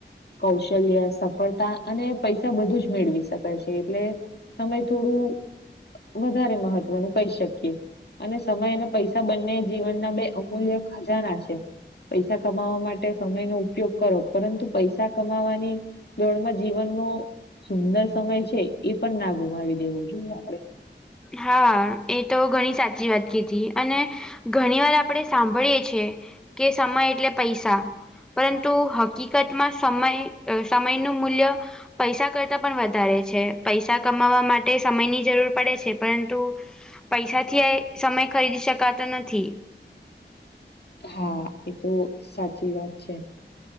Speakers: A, on the left; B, in the centre.
A: કૌશલ્ય. સફળતા અને પૈસા બધું જ મેળવી શકાય છે, એટલે સમય થોડું. વધારે મહત્વનું કહી શકીએ. અને સમય અને પૈસા બંને જીવનના બે અમૂલ્ય ખજાના છે. પૈસા કમાવા માટે સમયનોો ઉપયોગ કરો પરંતુ પૈસા કમાવાની. દોડમાં <unintelligible> સુંદર સમય છે, એ પણ ના ગુમાવી દેવો જોઈએ આપડણે.
B: હા એ તો ઘણી સાચી વાત <unintelligible> અને. ઘણી વાર આપણે સાંભળીએ છીએ કે સમય એટલે પૈસા. પરંતુ હકીકતમાં સમય સમયનું મૂલ્ય. પૈસા કરતા પણ વધારે છે, પૈસા કમાવા માટે સમયની જરૂર પડે છે. પરંતુ પૈસાથી એ સમય ખરીદી શકાતો નથી.
A: હા એ તો સાચી વાત છે.